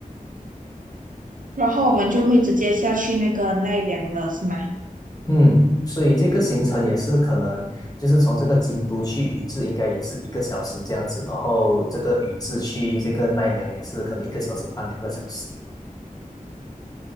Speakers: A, on the right; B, on the left.
A: 然后我们就会直接下去那个奈良了，是吗？
B: 嗯，所以这个行程也是可能就是从这个京都去宇治，应该也是一个小时这样子，然后这个宇治去这个奈良也是可能一个小时半、两个小时。